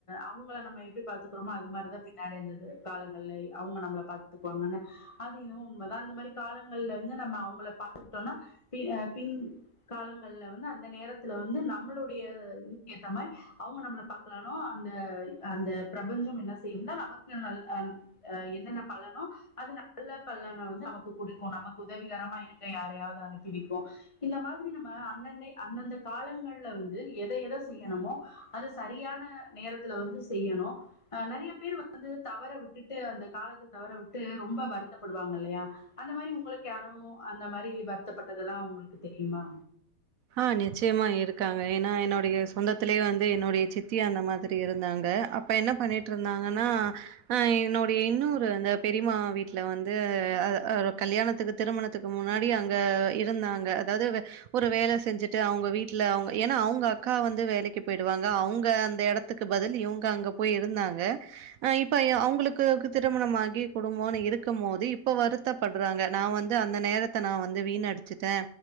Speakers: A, on the left (about 20°); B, on the right (about 70°).
A: அவுங்கள நம்ம எப்டி பாத்துக்குறோமோ அது மாரிதா பின்னாடி இந்த இது காலங்களே அவ்ங்க நம்மள பாத்துக்குவாங்கன்னு அது என்னமோ உண்மதா அந்த மாரி காலங்கள்ல வந்து நம்ம அவ்ங்கள பாத்துக்குட்டோம்னா பி ஆ பின் காலங்கள்ல வந்து அந்த நேரத்துல வந்து நம்மளுடைய இதுக்கேத்தா மாரி அவ்ங்க நம்ள பா த்தாலு அந்த அந்த பிரபஞ்சம் என்னா செய்யும்னா நமக்கு ந அ ஆ என்னென்ன பலனோ அது நல்ல பலன வந்து நமக்கு குடுக்கு நமக்கு உதவிகரமா இருக்க யாரையாவ்து அனுப்பி விக்கு இந்த மாதிரி நம்ம அன்னன்னை அந்தந்த காலங்கள்ல வந்து எத எத செய்யணுமோ அத சரியான நேரத்துல வந்து செய்யணு அ நெறய பேர் வந்து தவற விட்டுட்டு அந்த காலத்து தவற விட்டு ரொம்ப வருத்தப்படுவாங்க இல்லையா அந்த மாரி உங்களுக்கு யாரு அந்த மாரி வருத்தப்பட்டதெல்லா உங்களுக்கு தெரியுமா
B: ஆ நிச்சயமா இருக்காங்க ஏனா என்னுடைய சொந்தத்திலயே வந் து என்னுடைய சித்தி அந்த மாதிரி இருந்தாங்க அப்ப என்ன பண்ணிட்டு இருந்தாங்கனா ஆ என்னுடைய இன்னொரு அந்த பெரியமா வீட்ல வந்து அ கல்யாணத் துக்கு திருமணத்துக்கு முன்னாடி அங்க இருந்தாங்க அதாது ஒரு வேல செய் செஞ்சுட்டு அவங்க வீட்ல அவங்க ஏனா அவங்க அக்கா வந்து வேலைக்கு போயிடுவாங்க அவங்க அந்த எடத்துக்கு பதில் இவங்க அங்க போய் இருந்தாங்க ஆ இப்ப அவங்களுக்கு திருமணமாகி குடும்போனு இருக்கும் போது இப்ப வருத் த படுறாங்க நா வந்து அந்த நேரத்த நா வந்து வீண் அடிச்சுட்ட